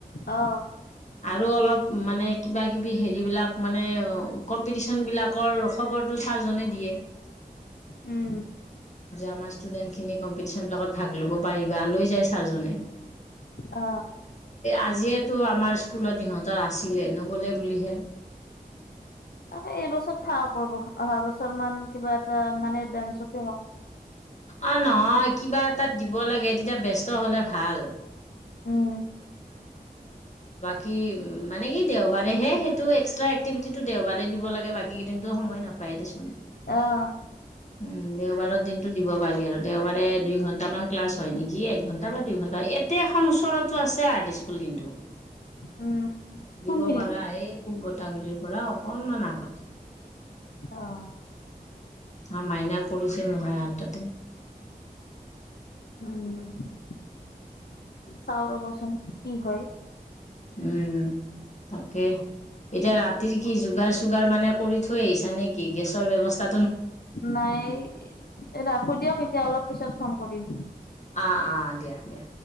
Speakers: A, on the left; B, on the left.
A: অ
B: আৰু অলপ মানে কিবা কিবি হেৰিবিলাক, মানে কম্পিটিচন বিলাকৰ খবৰটো ছাৰজনে দিয়ে।
A: উম
B: যে আমাৰ ষ্টুডেন্ট <unintelligible> কম্পিটিশ্যন বিলাকত ভাগ লব পাৰিবা, লৈ যাই, <unintelligible> আজিয়ে,
A: অ
B: আজিয়ে টো আমাৰ স্কুলত ইহঁতৰ আছে দিলে, নগলে বুলিহে।
A: <unintelligible> এই বছৰ থাকক ৰ'ব, অহা বছৰ মান কিবা এটা মানে ডান্সতে হওঁক।
B: অ', নহয় কিবা এটাত দিব লাগে, তেতিয়া বেচ <unintelligible> হলে ভাল।
A: উম
B: কি মানে কি দেওবাৰেহে সেইটো এক্সট্ৰা এক্টিভিটিটো দেওবাৰে দিব লাগে, বাকী কেইদিনটো সময় নাপায় দেচোন।
A: অহ।
B: উম, দেওবাৰৰ দিনটো দিব পাৰি আৰু, দেওবাৰে দুই ঘন্টামান ক্লাছ হয় নেকি, একঘণ্টা বা দুই ঘণ্টা, এতে এখন ওচৰত আছে আৰ্ট স্কুল কিন্তু।
A: উম কোনখিনিত
B: দিব পাৰা এই পূব বতাহগুলিৰ পৰাওঁ অকনমান আগত।
A: অ
B: <unintelligible> মাইনা কৰিছে নহয় আৰ্ট তাতে।
A: উম। চাওঁ ৰ'ব। <unintelligible> কি হয়।
B: উম, তাকে। এতিয়া ৰাতিৰ কি যোগাৰ চুগাৰ মানে কৰি থৈ আহিছা নেকি, গেছৰ ব্যৱস্থা
A: নাই, এ, ৰাখো দিয়ক তেতিয়া, অলপ পিছত ফন কৰিম।
B: অ' অ' দিয়া, দিয়া।